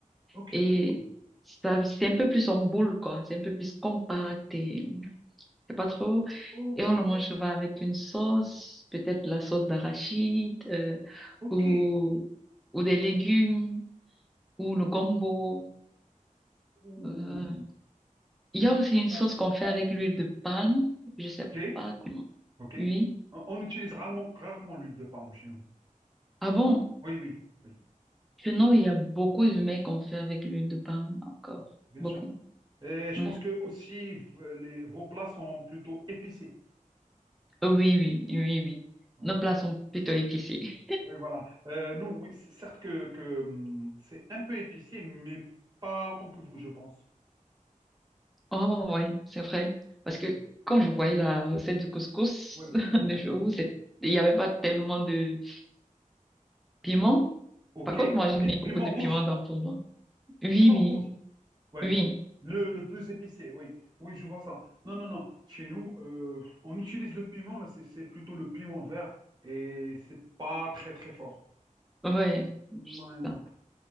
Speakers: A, on the right (about 30°); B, in the centre.
A: Ok,
B: et ça, c'est un peu plus en boule, quoi. C'est un peu plus compact et c'est pas trop.
A: ok,
B: Et on le mange souvent avec une sauce, peut-être la sauce d'arachide, euh,
A: ok.
B: ou, ou des légumes, ou le gombo.
A: Ouh.
B: euh, Il y a aussi une
A: Ah,
B: sauce qu'on fait avec l'huile de palme. Je sais
A: Ok,
B: pas comment.
A: ok.
B: Oui.
A: On, on utilise rarement, rarement l'huile de palme chez nous.
B: Ah bon?
A: Oui, oui, oui,
B: Sinon, il y a beaucoup de mets qu'on fait avec l'huile de palme encore.
A: bien
B: Beaucoup.
A: sûr. Et je
B: Oui.
A: pense que aussi v- les, vos plats sont plutôt épicés.
B: Oui, oui, oui, oui.
A: Voilà.
B: Nos plats sont plutôt épicés. <laughs>
A: Oui, voilà. Euh, nous, oui, c'est- certes que, que hum, c'est un peu épicé, mais pas autant que vous, je pense.
B: Oh oui, c'est vrai. Parce que
A: Mm.
B: quand
A: Bah,
B: je voyais la
A: oui,
B: recette
A: oui,
B: du couscous
A: Ouais.
B: <laughs> de chez vous, c'est- il n'y avait pas tellement de piment.
A: Ok.
B: Par contre, moi, j'ai
A: Pi-
B: mis beaucoup
A: Piment
B: de
A: rouge.
B: piment dans tout le monde. Oui,
A: Piment
B: oui,
A: rouge. Ouais.
B: oui.
A: Le, le plus épicé, oui. Oui, je vois ça. Non, non, non. Chez nous, euh, on utilise le piment, mais c'est c'est plutôt le piment vert et c'est pas très, très fort.
B: Ouais. c'est
A: Non,
B: ça.
A: non.